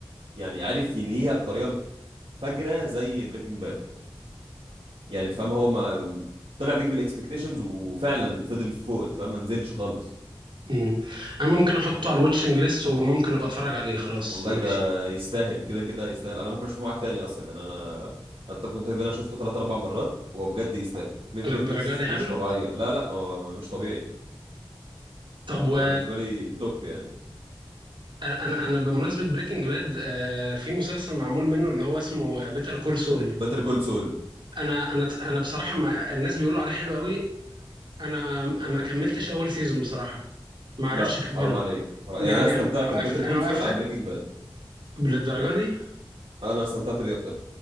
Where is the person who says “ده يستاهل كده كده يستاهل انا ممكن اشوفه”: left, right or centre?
Right